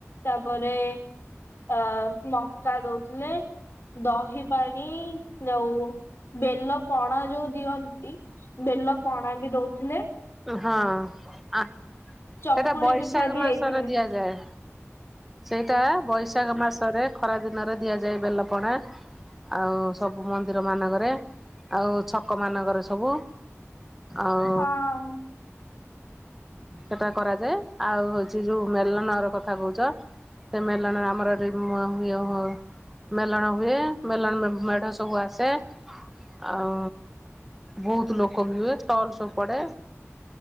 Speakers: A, on the left; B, in the centre.
A: ତାପରେ ଅ ମକା ଦଉଥୁଲେ। ଦହି ପାଣି ଯାଉ ବେଲ ପଣା ଯୋଉ ଦିଅନ୍ତି ବେଲ ପଣା ବି ଦଉଥୁଲେ।
B: ହଁ ଆ
A: ଚକୁଳି
B: ସେଟା ବୈଶାଖ
A: ପିଠା ବି
B: ମାସରେ
A: ହେଇଥିଲେ
B: ଦିଆଯାଏ। ସେଇଟା ବୈଶାଖ ମାସରେ ଖରା ଦିନରେ ଦିଆଯାଏ ବେଲପଣା। ଆଉ ସବୁ ମନ୍ଦିର ମାନଙ୍କରେ ଆଉ ଛକ ମାନଙ୍କରେ ସବୁ ଅଂ
A: ହଁ।
B: ସେଟା କରାଯାଏ ଆଉ ହଉଛି ଯୋଉ ମେଲନର କଥା କହୁଛ ସେ ମେଲନ ଆମର ଏଠି <unintelligible> ଇଏ ହଉ ମେଲଣ ହୁଏ ମେଲଣ ମେ ମେଢ ସବୁ ଆସେ। ଆଉ ବହୁତ୍ ଲୋକ ବି ହୁଏ ଷ୍ଟଲ୍ ସବ୍ ପଡେ।